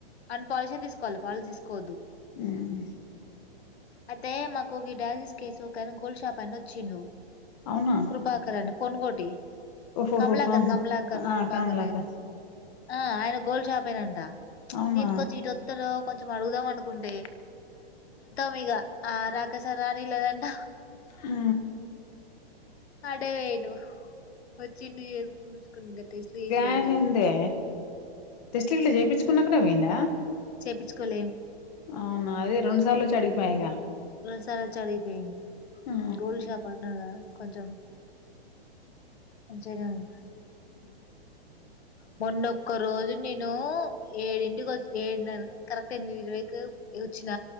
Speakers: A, on the left (about 80°); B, on the left (about 40°).
A: అన్ పాలిషే తీసుకోవాలి పాలిష్ తీసుకోవద్దు
B: ఉమ్
A: అయితే మాకు డైజెస్ కేసు ఒకఆయన గోల్డ్ షాప్ ఆయన వచ్చిండు
B: అవునా
A: కృపాకర్ అని పన్గోటి
B: ఓహోహో
A: కమలాకర్
B: ఆహా
A: కమలాకర్
B: ఆ
A: కుృపాకర్ే
B: కమలాక
A: ఆ ఆయన గోల్డ్ షాపేనంట
B: అవునా
A: నేను కొంచం ఇటొత్తడో కొంచెం అడుగుదాం అనుకుంటే మగా ఆ రా అక సారని ఇ లేదంట
B: ఆ
A: అటే పోయిండు వచ్చిండు చూచుకుని ఇంకా <unintelligible> టస్లుట్ ఏ
B: గాయనిందే
A: చేయిించుకోని
B: టెస్ట్లు గిట్లా చేయించుకున్నాకనే పోయిన్డా
A: చేపించుకోలేమి
B: అవునా అదే రెండు సార్లు వచ్చి అడిగి పాయి ఇక
A: రెండు సార్లు వచ్చి అడిగిపోయిండు
B: ఆ
A: గోల్ షాప్ అన్నడు కదా కొంచం మంచిగనే ఉండు
B: ఉ
A: మొన్నొక్క రోజు నేను ఏడింటికి వస్తే ఏ ఉన్నాను కరెక్ట్ గ ఎనిమిది ఇరవైకి వచ్చిన